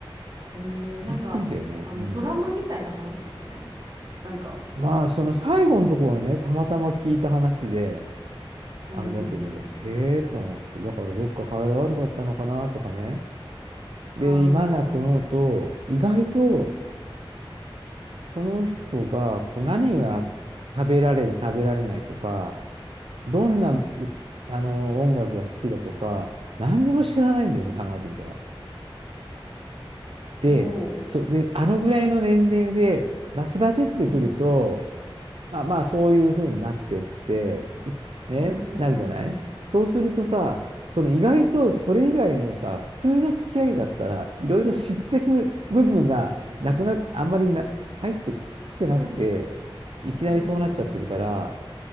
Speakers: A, on the right (about 60°); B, on the right (about 75°).
A: えーなんか、
B: びっくりだよね。
A: あの、
B: うん。
A: ドラマみたいな話ですね。なんか、
B: まあ、その最後のとこはね、たまたま聞いた話で、
A: うんう
B: あれだけど、
A: んうん
B: へえと思って、だからどっか体悪かったのかなとかね。で、
A: ああ、
B: 今だな思うと、意外と、その人がこう何が食べられる、食べられないとか、どんなう
A: うん。
B: あの音楽が好きだとか、何にも知らないんだよね、考えてみたら。で、
A: おお。
B: そう、で、あのぐらいの年齢で、バチバチってくると、
A: うんうん。
B: まあまあ、そういうふうになってって、いね、
A: うんうんうんうん。
B: なるじゃないそうするとさ、その意外とそれ以外のさ、普通の付き合いだったら、いろいろ知ってく部分がなくな、あんまりな、入ってきてなくて、
A: うん。
B: いきなりそうなっちゃってるから、
A: うんう